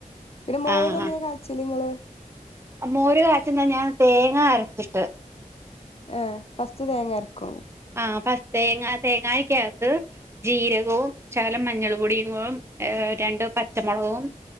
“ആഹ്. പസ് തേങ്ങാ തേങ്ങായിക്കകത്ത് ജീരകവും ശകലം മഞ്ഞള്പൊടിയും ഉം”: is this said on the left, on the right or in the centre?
Right